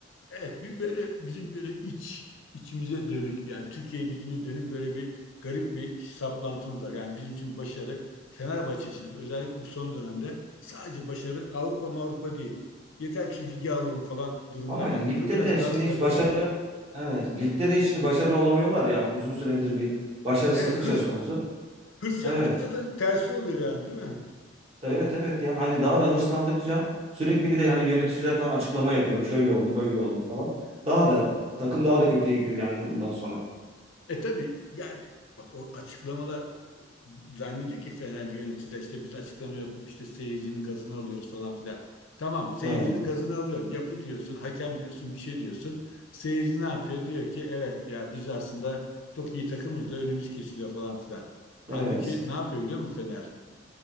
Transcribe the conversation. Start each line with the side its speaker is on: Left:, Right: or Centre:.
Left: Evet bir böyle bizim böyle iç içimize dönük yani Türkiye Ligi'ne dönük böyle bir garip bir saplantımız var. Yani bizim için başarı Fenerbahçe için özellikle bu son dönemde sadece başarı Avrupa Avrupa değil. Yeter ki şu ligi alalım falan durumuna
Right: Ama ligde
Left: geldi. Bu da biraz
Right: de
Left: Galatasaray
Right: şimdi hiç
Left: rekabeti.
Right: başarılı evet ligde de hiç şimdi başarılı olamıyorlar yani. Uzun süredir bir başarısızlık
Left: Evet
Right: söz
Left: hırs,
Right: konusu.
Left: hırs
Right: Evet.
Left: yaptıkça da tersi oluyor yani değil mi?
Right: Evet evet ya hani daha da hırslandıkça sürekli bir de hani yöneticiler falan açıklama yapıyor. Şöyle oldu, böyle oldu falan. Daha da takım daha da kötüye gidiyor yani bundan sonra.
Left: E tabii yani bak o açıklamalar zannediyor ki Fenerli yöneticiler işte biz açıklama yapıp işte seyircinin gazını alıyoruz falan filan. Tamam seyircinin
Right: Evet.
Left: gazını alıyor. Yapı diyorsun, hakem diyorsun, bir şey diyorsun. Seyirci ne yapıyor? Diyor ki evet ya biz aslında çok iyi takımız da önümüz kesiliyor falan filan. Halbuki
Right: Evet.
Left: ne yapıyor biliyor musun Fener?